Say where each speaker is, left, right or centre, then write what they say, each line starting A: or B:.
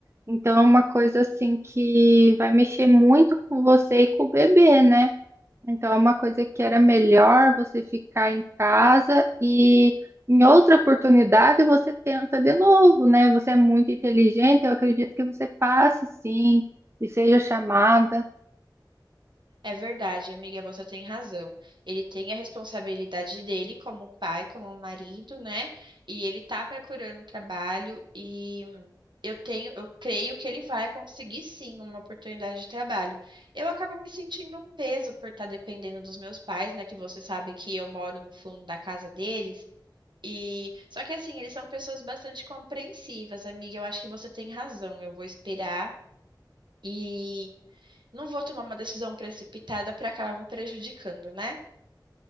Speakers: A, on the right; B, on the right.
A: Então, é uma coisa assim que vai mexer muito com você e com o bebê, né? Então, é uma coisa que era melhor você ficar em casa e em outra oportunidade você tenta de novo, né? Você é muito inteligente, eu acredito que você passe sim e seja chamada.
B: É verdade, amiga, você tem razão. Ele tem a responsabilidade dele como pai, como marido, né? E ele tá procurando trabalho e eu tenho, eu creio que ele vai conseguir sim uma oportunidade de trabalho. Eu acabo me sentindo um peso por estar dependendo dos meus pais, né? Que você sabe que eu moro no fundo da casa deles. E só que assim, eles são pessoas bastante compreensivas, amiga. Eu acho que você tem razão. Eu vou esperar e não vou tomar uma decisão precipitada para acabar me prejudicando, né?